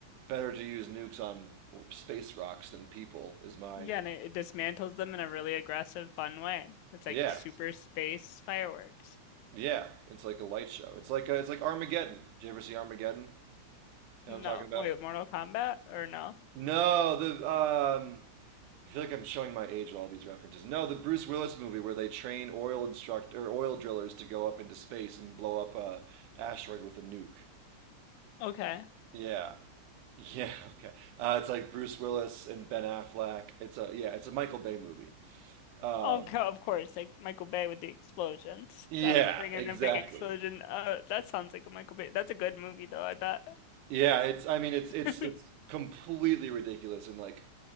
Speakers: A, on the right; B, on the left.
A: better to use nukes on space rocks than people is my
B: Yeah, and it, it dismantles them in a really aggressive, fun way. It's like
A: yeah.
B: super space fireworks.
A: Yeah, it's like a light show. It's like a, it's like Armageddon. Did you ever see Armageddon? You
B: No,
A: know what I'm talking about?
B: wait, Mortal Kombat or no?
A: No, the um I feel like I'm showing my age with all these references. No, the Bruce Willis movie where they train oil instruct or oil drillers to go up into space and blow up a asteroid with a nuke.
B: Okay.
A: Yeah. Yeah, <laughs> okay. Uh, it's like Bruce Willis and Ben Affleck. It's a yeah, it's a Michael Bay movie. Um,
B: Of co of course, like Michael Bay with the explosions.
A: yeah,
B: Gotta bring in
A: exactly.
B: a big explosion. Uh, that sounds like a Michael Bay. That's a good movie though, I bet.
A: Yeah, it's I mean it's
B: <laughs>
A: it's it's completely ridiculous and like